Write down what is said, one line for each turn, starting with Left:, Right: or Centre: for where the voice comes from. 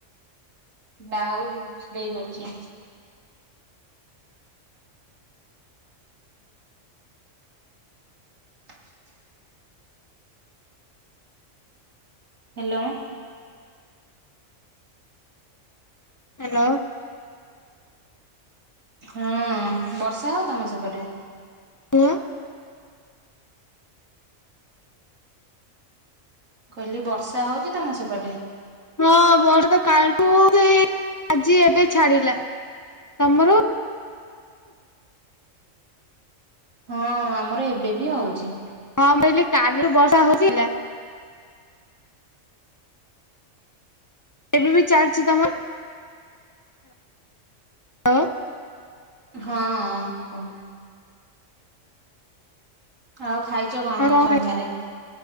Right: ବ୍ଲାଉଜ ସିଲେଇ କରୁଚି। <inaudible> ହ୍ୟାଲୋଆ।
Left: ହ୍ୟାଲୋ।
Right: ହୁଁଉଁ, ବର୍ଷା ହଉ ତମ ସେପଟେ।
Left: ହଁ <unintelligible>
Right: କହିଲି ବର୍ଷା ହଉଚି ତମ ସେପଟେ।
Left: ହଁ, ବର ତ କାଲଠୁ ହଉଚି ହେଇ ଆଜି ଏବେ ଛାଡିଲା ତମର ହୋ
Right: ହଁ ଆମର ଏବେ ବି ହଉଚି
Left: ହଁ କହିଲି କାଲି ବର୍ଷା ହଉଥିଲା। ଏବେ ବି ଚାଲଛି ତମ ହ୍ୟାଲୋ
Right: ହଁ କଅ। ଆଉ ଖାଇଚ
Left: ହଁ
Right: କଣ ସନ୍ଧ୍ୟାରେ।
Left: ଖାଇ